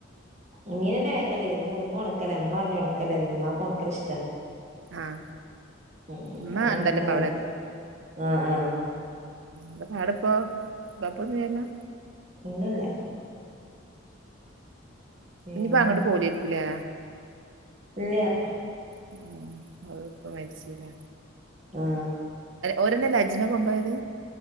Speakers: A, on the right; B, on the right.
A: ഇങ്ങനെന്നെ വേങ്ങല്ലേന്ന് ഒന്നും ഉണക്കല ഉമ്മ പറഞ്ഞു ഉണക്കലതിന്ന്ഉമ്മാക്ക് ഉണക്കല് ഇഷ്ടാ
B: ആഹ്
A: ഏ ങ്ങളിന്നെ
B: ഉമ്മ ഉണ്ടല്ലോ
A: ഉണക്കലൊക്കി
B: ഇപ്പ
A: ആഹ് ആഹ്
B: ന്താ പാട് പ്പോ കൊഴപ്പോന്നൂല്ലല്ലോ
A: ഇല്ല ല്ല പിന്നെ
B: ഞപ്പോ അങ്ങോട്ട് പോയിലേര്ക്കും ല്ലേ
A: ഇല്ല്യ
B: <unintelligible> മരിച്ചിലേ
A: ആ
B: ഓലെന്നല്ലേ ഹജ്ജിന് കൊണ്ടോയത്